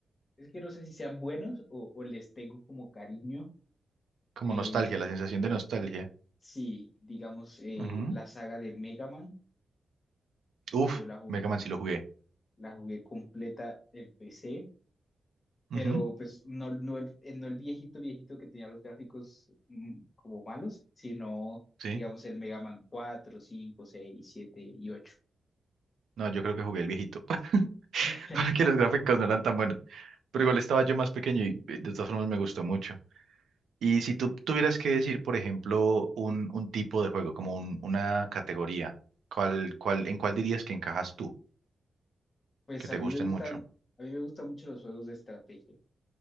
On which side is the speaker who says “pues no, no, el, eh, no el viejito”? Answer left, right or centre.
Left